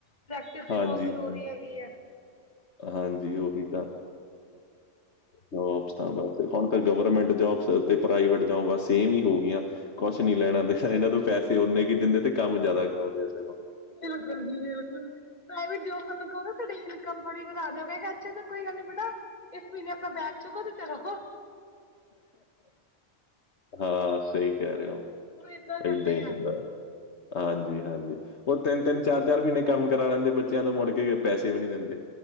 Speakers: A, on the left (about 35°); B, on the left (about 60°).
A: ਪ੍ਰੈਕਟਿਸ ਵੀ
B: ਹਾਂਜੀ
A: ਬਹੁਤ ਜ਼ਰੂਰੀ
B: ਹਾਂਜੀ
A: ਹੈਗੀ ਹੈ।
B: ਹਾਂਜੀ, ਉਹੀ ਤਾਂ ਜੋਬਸ ਤਾਂ ਬਸ, ਹੁਣ ਤਾਂ ਗਵਰਮੈਂਟ ਜੋਬਸ ਅਤੇ ਪ੍ਰਾਈਵੇਟ ਜੋਬ ਸੇਮ ਹੀ ਹੋ ਗੀਆਂ। ਕੁਛ ਨੀ ਲੈਣਾ, ਇਹਨਾਂ ਨੂੰ ਪੈਸੇ ਓਨੇ ਕੀ ਦਿੰਦੇ, ਤੇ ਕੰਮ ਜਿਆਦਾ ਕਰਾਉਂਦੇ ਆ ਸਗੋ।
A: ਬਿਲਕੁਲ ਜੀ ਬਿਲਕੁਲ। ਪ੍ਰਾਈਵੇਟ ਜੋਬ ਤੁਹਾਨੂੰ ਕਹੋਗੇ, ਤੁ ਸਾਡੀ ਇਨਕਮ ਥੋੜੀ ਵਧਾ ਦਿਓਗੇਗਾ, ਅੱਛੇ ਤਾਂ ਕੋਈ ਗੱਲ ਨੀ ਬੇਟਾ ਇਸ ਮਹੀਨੇ ਆਪਣਾ ਬੈਗ ਚੁੱਕੋ, ਤੇ ਚਲੋੰ।
B: ਹਾਂ ਸਹੀ ਕਹਿ ਰਹੇ ਹੋ,
A: ਉਹ ਏਦਾਂ ਕਰਦੇ
B: ਇਦਾ ਹੀ
A: ਆ
B: ਹੁੰਦਾ। ਹਾਂਜੀ, ਹਾਂਜੀ। ਉਹ ਤਿੰਨ ਤਿੰਨ, ਚਾਰ ਚਾਰ ਮਹੀਨੇ ਕੰਮ ਕਰਾ ਲੈਂਦੇ ਬੱਚਿਆਂ ਤੋਂ, ਮੁੜ ਕੇ ਪੈਸੇ ਵੀ ਨਹੀਂ ਦਿੰਦੇ।